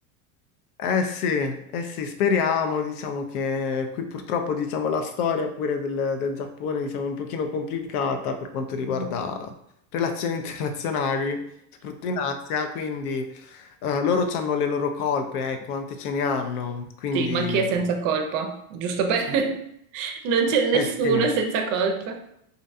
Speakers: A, on the left (about 85°); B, on the right (about 50°).
A: eh sì, eh sì, speriamo, diciamo che qui purtroppo, diciamo, la storia pure del, del Giappone, diciamo, è un pochino complicata per quanto
B: Mm.
A: riguarda relazioni <laughs> internazionali, soprattutto in Asia, quindi eh, loro hanno le loro colpe, eh, quante ce ne hanno, quindi...
B: Sì, ma chi è senza colpa? Giusto per... <laughs> Non c'è nessuno
A: Eh sì,
B: senza colpa.